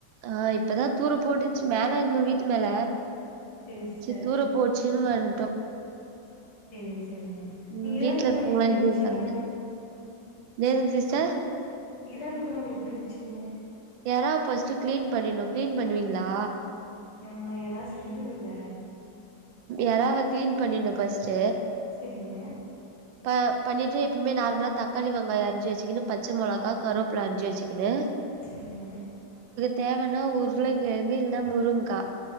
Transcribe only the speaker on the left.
சேரி சிஸ்டர்
செரிங்க சிஸ் சரிங்க
நீ இறால்
கொழம்பு
எப்பிடி
வச்சீங்க
இறால் கொழம்பு எப்பிடி வச்சீங்க
ம் நா எறா செஞ்சதில்ல
செரிங்க
செரிங்க